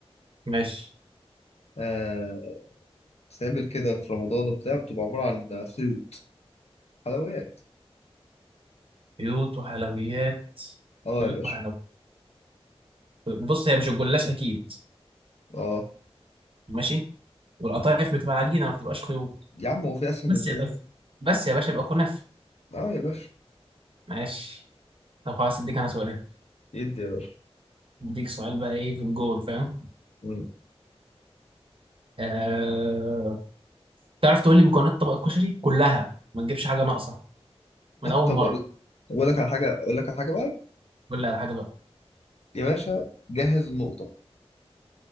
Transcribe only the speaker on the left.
آه بتتعمل كده في رمضان وبتاع بتبقى عبارة عن خيوط حلويات
اه
يا باشا
اه
يا عم هو في اسهل
من كده
اه يا باشا
يدي يا باشا
مم.
طب
اقول طب أقول لك على حاجة اقول لك على حاجة بقى
يا باشا جهز النقطة